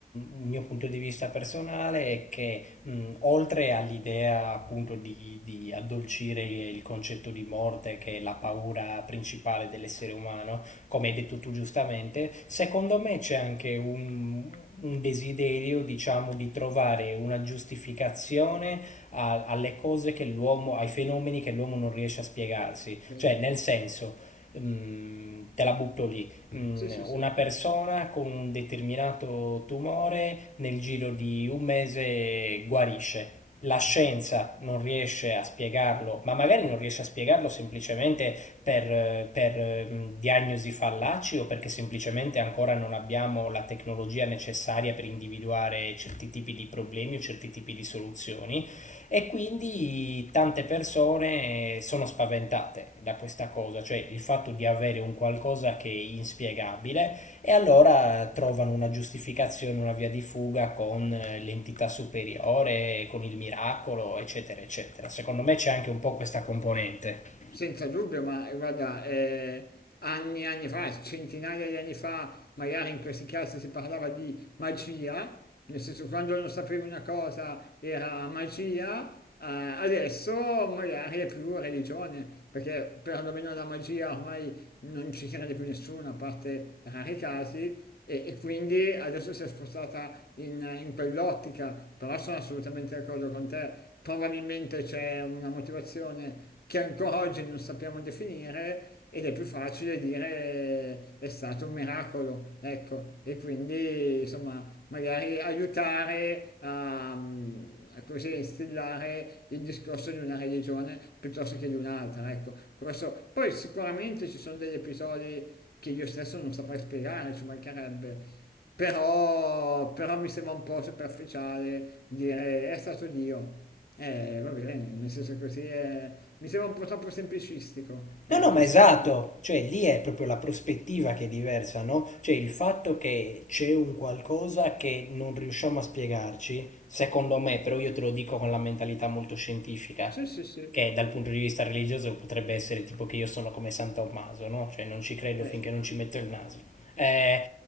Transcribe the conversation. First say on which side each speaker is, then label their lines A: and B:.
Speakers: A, on the left; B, on the left.
A: un mio punto di vista personale, è che mh, oltre all'idea appunto di, di addolcire il concetto di morte, che è la paura principale dell'essere umano, come hai detto tu giustamente, secondo me c'è anche un, un desiderio, diciamo, di trovare una giustificazione a- alle cose che l'uomo, ai fenomeni che l'uomo non riesce a spiegarsi.
B: Cioè,
A: Cioè, nel senso mm, te la butto lì, mm,
B: sì, sì, sì.
A: una persona con un determinato tumore nel giro di un mese guarisce. La scienza non riesce a spiegarlo, ma magari non riesce a spiegarlo semplicemente per, eh, per, eh, mh, diagnosi fallaci o perché semplicemente ancora non abbiamo la tecnologia necessaria per individuare certi tipi di problemi o certi tipi di soluzioni e quindi tante persone sono spaventate da questa cosa, cioè il fatto di avere un qualcosa che è inspiegabile e allora trovano una giustificazione, una via di fuga con l'entità superiore, con il miracolo, eccetera, eccetera. Secondo me c'è anche un po' questa componente.
B: Senza dubbio, ma eh, guarda, eh, anni e anni fa, centinaia di anni fa, magari in questi casi si parlava di magia, nel senso quando non sapevi una cosa era magia, eh, adesso magari è più religione, perché perlomeno la magia ormai non ci crede più nessuno, a parte rari casi, e, e quindi adesso si è spostata in, in quell'ottica, però sono assolutamente d'accordo con te, probabilmente c'è una motivazione che ancora oggi non sappiamo definire ed è più facile dire è stato un miracolo, ecco, e quindi insomma magari aiutare a, a così instillare il discorso di una religione piuttosto che di un'altra, ecco, questo. Poi sicuramente ci sono degli episodi che io stesso non saprei spiegare, ci mancherebbe. Però, però mi sembra un po' superficiale dire è stato Dio. Eh, va bene, nel senso così è... mi sembra un po' troppo semplicistico, ecco,
A: No, no, ma esatto,
B: secondo me.
A: cioè lì è proprio la prospettiva che è diversa, no? Cioè il fatto che c'è un qualcosa che non riusciamo a spiegarci, secondo me, però io te lo dico con la mentalità molto scientifica,
B: Sì, sì, sì.
A: che dal punto di vista religioso potrebbe essere tipo che io sono come San Tommaso, no? Cioè non ci credo
B: Eh,
A: finché non ci metto il naso. Eh,